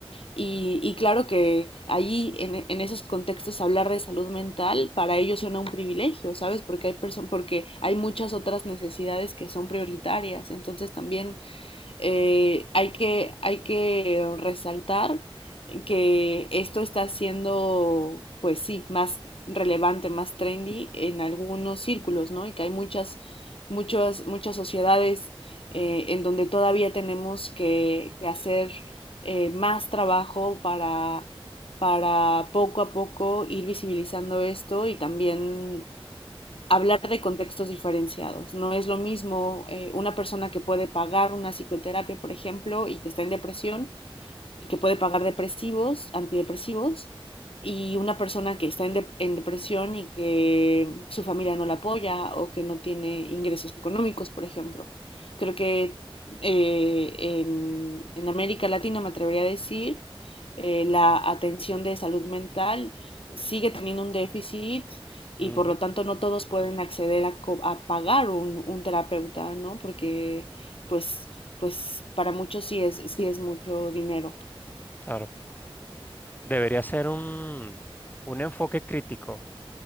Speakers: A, on the left (about 70°); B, on the left (about 20°).
A: Y, y claro que allí, en, en, esos contextos, hablar de salud mental para ellos suena un privilegio, ¿sabes? Porque hay, perso- porque hay muchas otras necesidades que son prioritarias. Entonces también eh, hay que, hay que resaltar que esto está siendo, pues sí, más relevante, más trendy en algunos círculos, ¿no? Y que hay muchas, muchas, muchas sociedades eh, en donde todavía tenemos que, que hacer eh, más trabajo para, para poco a poco ir visibilizando esto y también hablar de contextos diferenciados. No es lo mismo eh, una persona que puede pagar una psicoterapia, por ejemplo, y que está en depresión y que puede pagar depresivos, antidepresivos, y una persona que está en, de en depresión y que su familia no la apoya o que no tiene ingresos económicos, por ejemplo. Creo que eh, en, en América Latina me atrevería a decir eh, la atención de salud mental sigue teniendo un déficit y
B: Ujú,
A: por lo tanto no todos pueden acceder a, co- a pagar un, un terapeuta, ¿no? Porque pues, pues para muchos sí es, sí es mucho dinero.
B: claro. Debería ser un, un enfoque crítico